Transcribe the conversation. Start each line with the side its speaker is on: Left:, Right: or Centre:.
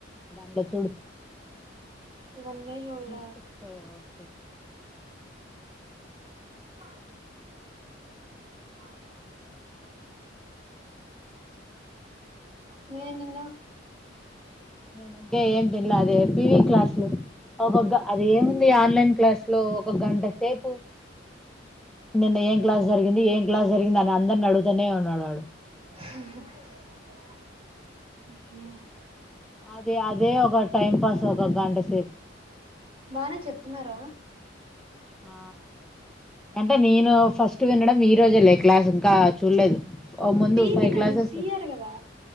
Centre: దానిలో చూడు
Right: వన్నే చుళ్ల
Centre: నెట్ఫ్లిక్స్ లో చూడు.
Right: అ-అ ఆ నేన్ నిన్న
Centre: నేను ఇంకే ఏం తిినలే అది ఎపి క్లాస్సు ఒగ్గా అది ఏముంది ఆన్లైన్ క్లాసు స్లో ఒక గంట సేపు నిన్న ఎం క్లాస్ జరిగింది ఎం క్లాస్ జరిగింది అని అందరినీ ఆడుగుతనే ఉన్నాడు వాడు
Right: చ్ హు <unintelligible>
Centre: అదే అదే ఒక టైం పాస్ ఒక గంట సేప్
Right: బానే చెప్తున్నారా
Centre: ఆ అంటే నేను ఫస్ట్ వినడం ఈ రోజే లే క్లాస్ ఇంకా చూలేదు ఒ ముందు
Right: పీవి
Centre: ఫై
Right: నన్ను
Centre: క్లాస్సేస్
Right: సీఆర్ కదా